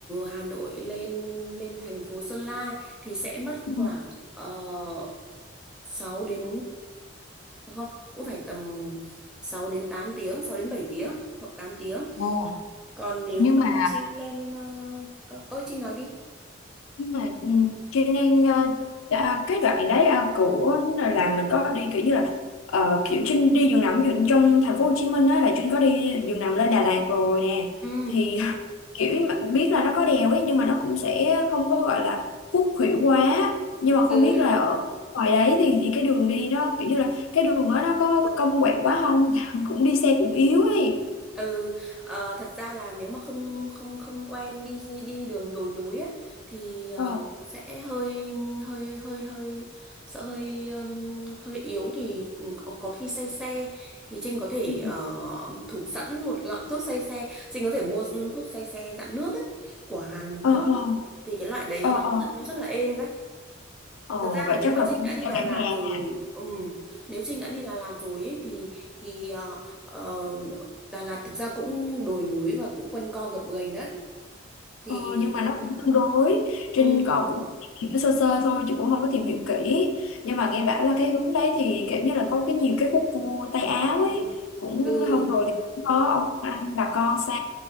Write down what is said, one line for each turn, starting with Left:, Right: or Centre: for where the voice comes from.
Centre: Hà Nội lên lên thành phố Sơn La thì sẽ mất
Left: Ừ.
Centre: khoảng uh, 6 đến à, không cũng phải tầm sáu đến tám tiếng 6 đến 7 tiếng hoặc tám tiếng
Left: Ồ.
Centre: còn nếu
Left: Nhưng
Centre: mà
Left: mà
Centre: Trinh lên ờ ờ, ơi Trinh nói đi
Left: nhưng mà ừ, cho nên ờ, đã- cái đoạn đấy ờ, của là là mình có đi kiểu như là ờ, kiểu Trinh đi giường nằm ví dụ trong thành phố Hồ Chí Minh á là Trinh có đi giường nằm lên Đà Lạt rồi nè
Centre: Ừ.
Left: thì <laughs> kiểu mà biết là nó có đèo ấy nhưng mà nó cũng sẽ không có gọi là khúc khuỷu quá nhưng mà không
Centre: ừ
Left: biết là ở ngoài đấy thì thì cái đường đi nó kiểu như là cái đường đó nó có cong quẹo quá không <laughs> cũng đi xe cũng yếu ấy
Centre: Ừ, ờ, thật ra là nếu mà không không không quen đi đi đường đồi núi á, thì ờ,
Left: ờ
Centre: sẽ hơi hơi hơi hơi sợ hơi um, hơi yếu thì có, có khi say xe thì Trinh có thể
Left: Ừ.
Centre: ờ, thủ sẵn một lọ thuốc say xe, Trinh có thể mua thuốc say xe dạng nước ấy của Hàn
Left: ờ
Centre: Quốc
Left: ờ
Centre: á. Thì cái loại đấy
Left: ờ
Centre: nó
Left: ờ
Centre: nó rất là êm đấy.
Left: Ờ,
Centre: Thật ra
Left: vậy
Centre: là
Left: chắc
Centre: nếu mà
Left: là
Centre: Trinh
Left: phải mua
Centre: đã đi Đà
Left: cả
Centre: Lạt
Left: nhà
Centre: rồi,
Left: à
Centre: ừm, nếu Trinh đã đi Đà Lạt rồi ấy, thì thì ờ, ờ, Đà Lạt thực ra cũng đồi núi và cũng quanh co gập ghềnh đấy. Thì
Left: Ờ, nhưng mà nó cũng tương đối Trinh
Centre: ừm,
Left: có cũng hiểu sơ sơ thôi chứ cũng không có tìm hiểu kỹ nhưng mà
Centre: ừm,
Left: nghe bảo là cái hướng đấy thì kiểu như là có cái nhiều cái khúc cua Tây Áo ấy cũng
Centre: ừ
Left: hôm rồi thì cũng có ông anh bà con xa